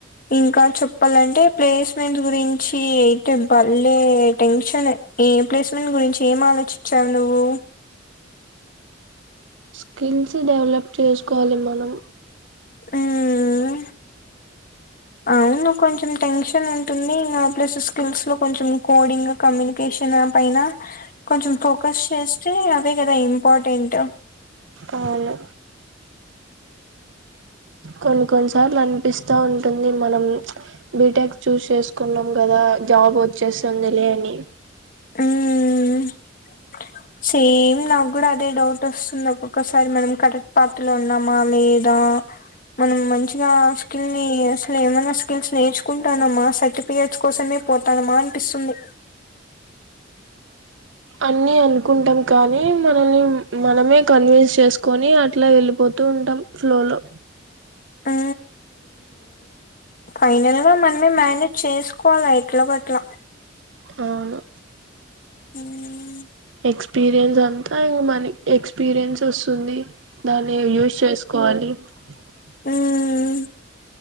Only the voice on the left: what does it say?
ఇంకా చెప్పాలంటే ప్లేస్మెంట్ గురించి అయితే బళ్లే టెన్షన్ ఏ ప్లేస్మెంట్ గురించి ఏం ఆలోచించావు నువ్వు
మ్మ్ అవును కొంచం టెన్షన్ ఉంటుంది ఇంగా ప్లస్ స్కిల్స్ లో కొంచెం కోడింగ్ కమ్యూనికేషన్ పైన కొంచెం ఫోకస్ చేస్తే అదే కదా ఇంపార్టెంట్
హ్మ్ హ్మ్ సేమ్ నాకు కూడా అదే డౌట్ వస్తుంది ఒక్కొక్కసారి మనం కరెక్ట్ పాత్ లో ఉన్నామా లేదా మనం మంచి ఇగా స్కిల్ని అసలేమన స్కిల్స్ నేర్చుకుంటానమ్మా సర్టిఫికేట్స్ కోసమే పోతానమా అనిపిస్తుంది
ఆ ఫైనల్ గా మనమే మానేజ్ చేసుకోల్ల ఎట్లో గట్లా
మ్మ్
హ్మ్